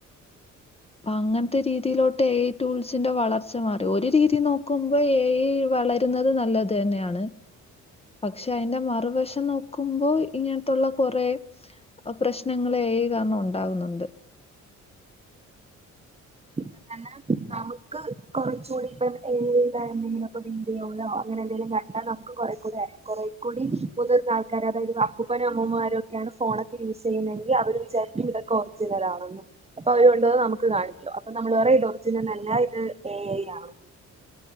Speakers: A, on the left; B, on the right.
A: അപ്പ അങ്ങനത്തെ രീതിയിലോട്ട് എ ഐ ടൂൾസിന്റെ വളർച്ച മാറി ഒരു രീതി നോക്കുമ്പോ എ ഐ വള ക്കുന്നത് നല്ലതന്നെയാണ് പക്ഷെ അയ്ന്റെ മറുവശം നോക്കുമ്പോ ഇങ്ങനത്തുള്ള കൊറെ പ്രശ്നങ്ങള് എ ഐ കാരണം ഉണ്ടാ വുന്നുണ്ട്
B: ഇപ്പൊ തന്നെ നമുക്ക് കൊറച്ചുകൂടി ഇപ്പ എ ഐ എന്തെങ്കിലും ഇപ്പ വിഡിയോയിലൊ അങ്ങനെ എന്തെങ്കിലും ക ണ്ടാ നമുക്ക് കൊറെ കൂടി അറിയും കൊറേ കൂടി മുതിർന്ന ആൾക്കാര് അതായത് അപ്പൂപ്പനും അമ്മൂമ്മമാരോക്കെ ഒക്കെയാണ് ഫോണൊക്കെ യൂസ് ചെയ്യുന്നെങ്കിൽ അവര് വിചാരിക്കും ഇതൊക്ക ഒറിജിനൽ ആണെന്ന് അപ്പൊ അവര് കൊണ്ട് വന്ന് നമുക്ക് കാണിക്കും അപ്പൊ നമ്മള് പറയും ഇത് ഒറിജിനൽ അല്ലാ ഇത് എ ഐ ആണെന്ന്